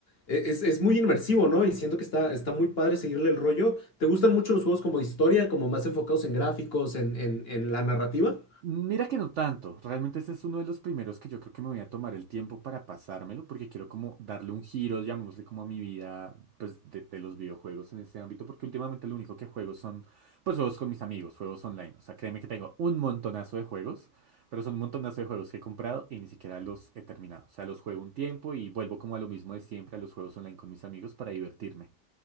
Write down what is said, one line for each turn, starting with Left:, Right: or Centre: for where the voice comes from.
Left: E- Es, es muy inmersivo, ¿no? Y siento que está, está muy padre seguirle el rollo. ¿Te gustan mucho los juegos como de historia, como más enfocados en gráficos, en, en, en la narrativa?
Right: Mira que no tanto, realmente ese es uno de los primeros que yo creo que me voy a tomar el tiempo para pasármelo, porque quiero como darle un giro, llamémosle como a mi vida, pues de, de los videojuegos en este ámbito, porque últimamente lo único que juego son, pues juegos con mis amigos, juegos online, o sea, créeme que tengo un montonazo de juegos, pero son un montonazo de juegos que he comprado y ni siquiera los he terminado, o sea, los juego un tiempo y vuelvo como a lo mismo de siempre, a los juegos online con mis amigos para divertirme.